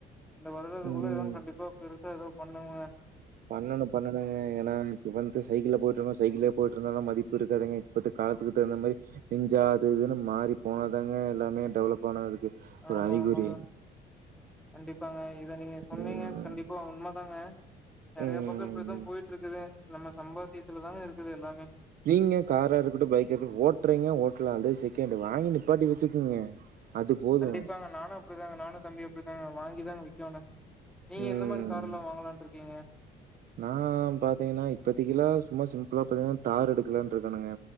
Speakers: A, in the centre; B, on the right.
A: இந்த வருடதுக்குள்ள
B: ம்.
A: ஏதோன்னு கண்டிப்பா பெருசா ஏதோ பண்ணனுங்க
B: பண் பண்ணணுங்க ஏன்னா இப்போ வந்து சைக்கிள்ல போயிட்டுருக்கங்க சைக்கிள்லே போயிட்டுருந்தாலு மதிப்பு இருக்காதுங்க இப்போத் காலத்துக்கு தகுந்த மாரி இஞ்சாது இதுன்னு மாறி போனதாங்க எல்லாமே டெவலப் ஆனதுக்கு ஒரு
A: ஆமா
B: அறிகுறி.
A: ஆமாங்க கண்டிப்பாங்க இத நீங்க சொன்னீங்க
B: ம்.
A: கண்டிப்பா உண்ம தாங்க நெறய
B: ம்.
A: பக்கோ இப்படித்தா போயிட்டுருக்குது நம்ம சம்பாத்தியத்துலதாங்க இருக்குது எல்லாமே
B: இல்லைங்க காராருக்கட்டு பைக் இரு ஓட்றீங்க ஓட்டல அது செகண்ட் வாங்கி நிப்பாட்டி வச்சுக்குங்க அது போதும்.
A: கண்டிப்பாங்க நானும் அப்டித்தாங்க நானும் தம்பியு அப்டிதாங்க வாங்கி தாங்க விக்கனு நீங்க
B: ம்.
A: எந்த மாரி கார் எல்லா வாங்கலான் இருக்கீங்க
B: நான் பாத்தீங்கன்னா இப்பத்திக்கில்லா சும்மா சிம்பிளா பாத்தீங்கன்னா தார் எடுக்கலன்றுக்கேனுங்க